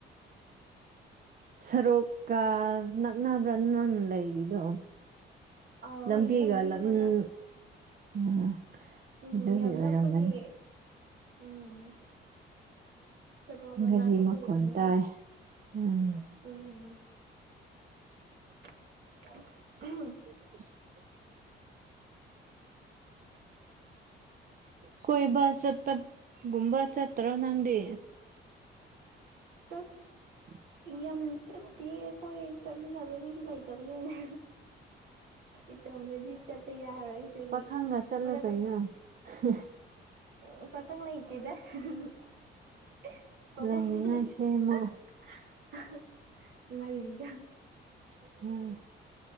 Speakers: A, on the right; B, on the right.
A: ꯁꯔꯨꯛꯀ ꯅꯛꯅꯕ꯭ꯔꯥꯅ ꯅꯪ ꯂꯩꯔꯤꯗꯣ
B: ꯑꯥꯎ
A: ꯂꯝꯕꯤꯒ
B: ꯂꯝꯕꯤ ꯃꯅꯥꯛ
A: ꯎꯝ ꯎꯝ
B: ꯎꯝ
A: ꯑꯗꯨꯒꯤ
B: ꯌꯥꯝ
A: ꯑꯣꯏꯔꯝꯒꯅꯤ
B: ꯅꯛꯄꯒꯤ ꯎꯝ ꯁꯣꯔꯣꯛ ꯃꯅꯥꯛꯇ
A: ꯒꯥꯔꯤ
B: ꯂꯩꯕꯅꯤꯅ
A: ꯃꯈꯣꯟ ꯇꯥꯏ ꯎꯝ
B: ꯎꯝ <unintelligible> <inaudible>
A: <inaudible> <inaudible> ꯀꯣꯏꯕ ꯆꯠꯄꯒꯨꯝꯕ ꯆꯠꯇꯔꯣ ꯅꯪꯗꯦ <inaudible>
B: ꯆꯠ
A: <inaudible>
B: ꯌꯥꯝ ꯆꯠꯇꯦ ꯑꯩꯈꯣꯏ ꯆꯠꯃꯤꯟꯅꯕ ꯃꯤꯁꯨ ꯂꯩꯇꯕꯅꯦꯅ ꯏꯇꯣꯝꯗꯗꯤ ꯆꯠꯄ ꯌꯥꯔꯔꯣꯏꯗꯨꯒꯤ
A: ꯄꯥꯈꯪꯒ ꯆꯠꯂꯨ
B: ꯃꯔꯛ
A: ꯀꯩꯅꯣ
B: ꯃꯔꯛ
A: <unintelligible> <inaudible>
B: ꯎ ꯄꯈꯪ ꯂꯩꯇꯦꯗ <unintelligible>
A: ꯂꯩꯅꯤꯉꯥꯏ ꯁꯦꯝꯃꯣ
B: <unintelligible> ꯉꯜꯂꯤꯗꯥ꯫
A: ꯎꯝ